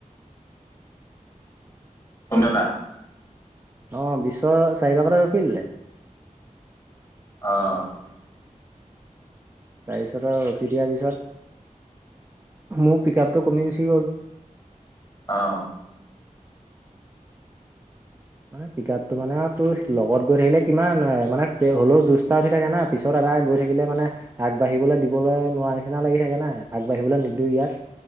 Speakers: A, on the left; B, on the right.
A: পোন্ধৰটা।
B: অ বিশৰ চাৰিবাৰ পাকতে ৰখি দিলে।
A: অঁ।
B: তাৰপিছত আৰু ৰখি দিয়াৰ পিছত, মোৰ পিক আপটো কমি গুচি গ'ল।
A: অ।
B: মানে পিক আপটো মানে আৰু তোৰ লগত গৈ থাকিলে কিমান হয় মানে হ'লেও যুজ তা দি থাকে না পিছত এটা গৈ থাকিলে মানে আগবাঢ়িবলৈ দিবলৈ নোৱাৰ নিচিনা লাগি থাকে নাই, আগবাঢ়িবলৈ নিদিওঁ ইয়াত,